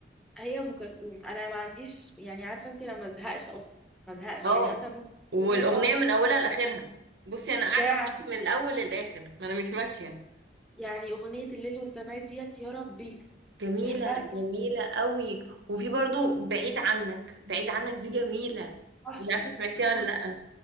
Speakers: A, in the centre; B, on the right.
A: هي أم كلثوم أنا ما عنديش يعني عارفة أنت لما أزهقش أصلا ما أزهقش
B: اه
A: يعني مثلا ممكن
B: والأغنية
A: أغنية تقعد تلات
B: من أولها لآخرها بصي
A: ساعة
B: أنا قاعدة معاكي من الأول للآخر ما أنا مش ماشية
A: يعني أغنية الليل والسماء ديت يا ربي
B: جميلة
A: بحبها جدا
B: جميلة قوي وفي برضو بعيد عنك بعيد عنك دي جميلة
A: تحفة
B: مش عارفة سمعتيها
A: دي تحفة
B: ولا لأ